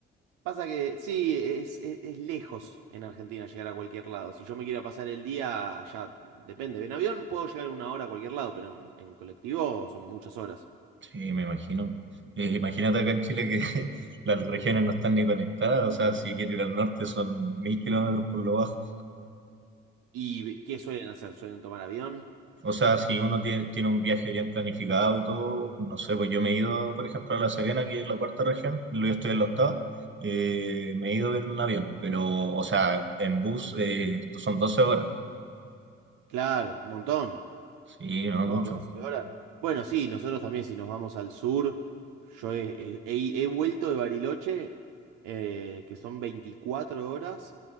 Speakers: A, on the right; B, on the right.
A: Pasa que sí, es, es- es lejos en Argentina llegar a cualquier lado. Si yo me quiero pasar el día, ya depende. En avión puedo llegar una hora a cualquier lado, pero en, en colectivo son muchas horas.
B: Sí, me imagino. Eh, imagínate acá en Chile que <laughs> las regiones no están ni conectadas, o sea, si quiero ir al norte son mil kilómetros por lo bajo.
A: ¿Y qué suelen hacer? ¿Suelen tomar avión?
B: O sea, si uno tie- tiene, un viaje bien planificado y todo, no sé, pues yo me he ido, por ejemplo, a La Serena, que es la cuarta región, luego estoy en la octava, eh, me he ido en un avión, pero, o sea, en bus eh, esto son doce horas.
A: Claro, un montón.
B: Sí, no
A: No,
B: mucho.
A: 12 horas. Bueno, sí, nosotros también, si nos vamos al sur, yo he, he- he vuelto de Bariloche, eh, que son 24 horas,